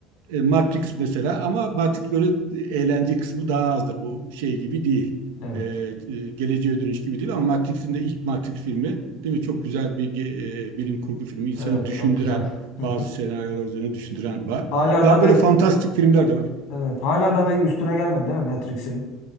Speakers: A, on the right (about 75°); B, on the left (about 75°).
A: e, Matrix mesela ama Matrix böyle e, eğlence kısmı daha azdır. Bu şey gibi değil.
B: Evet.
A: E, e, geleceğe dönüş gibi değil ama Matrix'in de ilk Matrix filmi değil mi? Çok güzel bir ge- e, bilim kurgu filmi. insanı
B: Evet
A: düşündüren
B: çok güzel. <laughs>
A: bazı senaryolar üzerine düşündüren var.
B: Hala
A: Daha
B: da
A: böyle
B: belki
A: fantastik filmler de var.
B: evet hala da belki üstüne gelmedi değil mi Matrix'in?